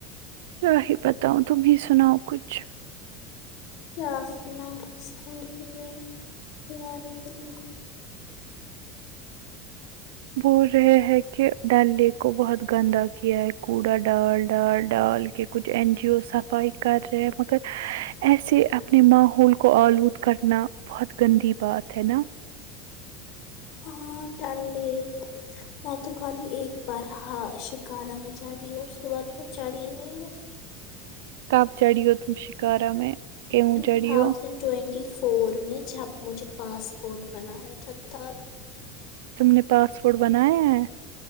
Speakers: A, on the right (about 80°); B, on the left (about 55°).
A: کیا ہی بتاؤ تم ہی سناؤ کچھ
B: کیا سناو کچھ ہے کہ نہیں سنانے کے لیے
A: بول رہے ہیں کہ <unintelligible> کو بہت گندا کیا ہے کوڑا ڈال ڈال ڈال کے کچھ این جی او صفائی کر رہے ہیں مگر ایسے اپنے ماحول کو آلود کرنا بہت گندی بات ہے نا
B: ہاں ڈال لیک <unintelligible> میں تو خالی ایک بار ہ شکارا میں چڑھ رہی ہوں اس کے بعد تو میں چڑھی ہی نہیں ہوں
A: کپ چھڑی ہو تم شکارا میں کیوں
B: ٹو
A: چڑھی
B: تھاؤزینڈ
A: ہو
B: ٹوینٹی فور میں جب مجھے پاسپورٹ بنانا تھا تب
A: تم نے پاسپورٹ بنایا ہے